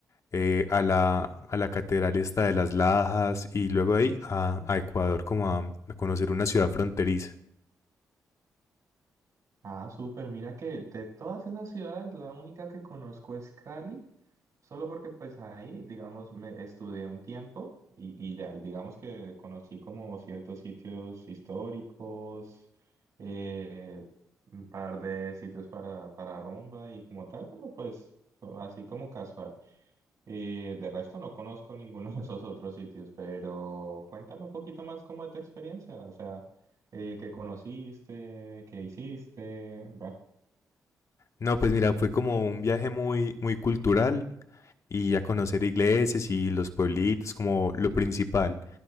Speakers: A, on the left; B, on the right.
A: eh, a la, a la catedral esta de las Lajas y luego ahí a, a Ecuador como a a conocer una ciudad fronteriza.
B: Ah, súper, mira que de todas esas ciudades la única que conozco es Cali, solo porque pues ahí, digamos, me estudié un tiempo y, y ya, y digamos que conocí como ciertos sitios históricos, eh, un par de sitios para, para rumba y como tal, pero pues so- así como casual. Y de resto no conozco ninguno de esos otros sitios, pero cuéntame un poquito más cómo es tu experiencia, o sea, eh, qué conociste, qué hiciste, va.
A: No, pues mira, fue como un viaje muy, muy cultural y a conocer iglesias y los pueblitos como lo principal.